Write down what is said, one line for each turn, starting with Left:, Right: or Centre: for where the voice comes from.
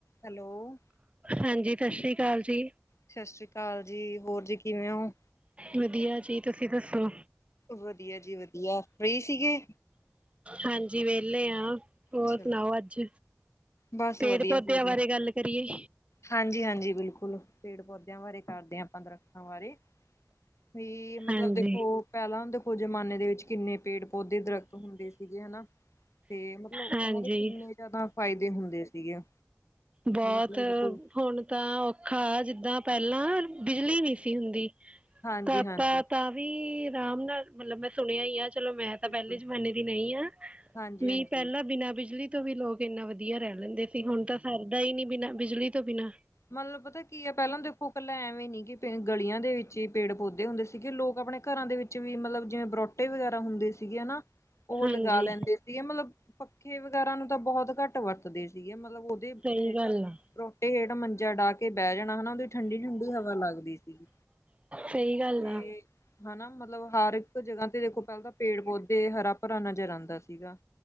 Left: ਹੈਲੋ
Right: ਹਾਂਜੀ। ਸਤਿ ਸ਼੍ਰੀ ਅਕਾਲ ਜੀ।
Left: ਸਤਿ ਸ੍ਰੀ ਅਕਾਲ ਜੀ। ਹੋਰ ਜੀ ਕਿਵੇਂ ਹੋ?
Right: ਵਧੀਆ ਜੀ, ਤੁਸੀਂ ਦੱਸੋ?
Left: ਵਧੀਆ ਜੀ, ਵਧੀਆ ਫਰੀ ਸੀਗੇ।
Right: ਹਾਂਜੀ। ਵਿਹਲੇ ਆ ਹੋਰ
Left: ਚਲੋ,
Right: ਸੁਣਾਓ ਅੱਜ
Left: ਬਸ
Right: ਪੇੜ
Left: ਵਧੀਆ
Right: ਪੌਦਿਆਂ
Left: ਜੀ,
Right: ਬਾਰੇ ਗੱਲ ਕਰੀਏ
Left: ਹਾਂਜੀ -ਹਾਂਜੀ ਬਿਲਕੁਲ ਪੇੜ- ਪੌਦਿਆਂ ਬਾਰੇ ਕਰਦੇ ਹਾਂ। ਆਪਾਂ ਦਰੱਖਾਂ ਬਾਰੇ ਵੀ ਮਤਲਬ
Right: ਹਾਂਜੀ
Left: ਦੇਖੋ, ਪਹਿਲਾਂ ਦੇਖੋ, ਜ਼ਮਾਨੇ ਦੇ ਵਿੱਚ ਕਿੰਨੇ ਪੇੜ ਪੌਦੇ, ਦਰਖਤ ਹੁੰਦੇ ਸੀਗੇ। ਹੈਨਾ, ਤੇ ਮਤਲਬ
Right: ਹਾਂਜੀ
Left: ਉਹਨਾਂ ਦੇ ਕਿੰਨੇ ਜਿਆਦਾ ਫਾਇਦੇ ਹੁੰਦੇ ਸੀਗੇ।
Right: ਬਹੁਤ
Left: ਮਤਲਬ ਦੇਖੋ
Right: ਹੁਣ ਤਾਂ ਔਖਾ ਜਿੱਦਾ ਪਹਿਲਾਂ ਬਿਜਲੀ ਨਹੀਂ ਸੀ ਹੁੰਦੀ
Left: ਹਾਂਜੀ
Right: ਪਰ ਆਪਾਂ
Left: ਹਾਂਜੀ
Right: ਤਾਂ ਵੀ ਆਰਾਮ ਨਾਲ ਮਤਲਬ ਮੈਂ ਸੁਣਿਆ ਹੀ ਆ ਚਲੋ ਮੈਂ ਤਾਂ
Left: ਬਿਲਕੁਲ
Right: ਪਹਿਲੇ ਜਮਾਨੇ ਦੀ ਨਹੀਂ ਹਾਂ
Left: ਹਾਂਜੀ
Right: ਮੀਂ
Left: ਹਾਂਜੀ
Right: ਪਹਿਲਾਂ ਬਿਨਾਂ ਬਿਜਲੀ ਤੋਂ ਵੀ ਲੋਕ ਇੰਨਾ ਵਧੀਆ ਰਹਿਣ ਰਹਿੰਦੇ ਸੀ, ਹੁਣ ਤਾਂ ਰਹੀ ਨੀ ਬਿਨਾਂ ਬਿਜਲੀ ਤੋਂ ਬਿਨਾਂ
Left: ਮਨ ਲਓ ਪਤਾ ਕੀ ਹੈ ਪਹਿਲਾਂ ਦੇਖੋ ਕੱਲਾ ਐਵੇਂ ਨੀ ਕਿ ਗਲੀਆਂ ਦੇ ਵਿੱਚ ਹੀ ਪੇੜ ਪੌਦੇ ਹੁੰਦੇ ਸੀਗੇ ਲੋਕ ਆਪਣੇ ਘਰਾਂ ਦੇ ਵਿੱਚ ਵੀ ਮਤਲਬ ਜਿਵੇਂ ਬਰੋਟੇ ਵਗੈਰਾ ਹੁੰਦੇ ਸੀ ਗੇ ਨਾ ਉਹ
Right: ਹਾਂਜੀ
Left: ਲਗਾ ਲੈਂਦੇ ਸੀ ਗੇ ਮਤਲਬ ਪੱਖੇ ਵਗੈਰਾ ਨੂੰ ਤਾਂ ਬਹੁਤ ਘੱਟ ਵਰਤਦੇ ਸੀਗੇ ਮਤਲਬ ਉਹਦੇ
Right: ਸਹੀ
Left: ਹੇਠ
Right: ਗੱਲ ਆ।
Left: ਬਰੋਟੇ ਹੇਠ <unintelligible> ਡਾਹ ਕੇ ਬਹਿ ਜਾਣ ਹੈਨਾ ਉਹਦੀ ਠੰਡੀ ਠੰਡੀ ਹਵਾ ਲੱਗਦੀ ਸੀਗੀ
Right: ਸਹੀ ਗੱਲ
Left: ਤੇ
Right: ਆ।
Left: ਹੈਨਾ ਮਤਲਬ ਹਰ ਇੱਕ ਜਗ੍ਹਾ ਤੇ ਦੇਖੋ ਪਹਿਲਾਂ ਤਾਂ ਪੇੜ ਪੌਦੇ ਤੇ ਹਰਾ ਭਰਾ ਨਜ਼ਰ ਆਉਂਦਾ ਸੀਗਾ, ਤੇ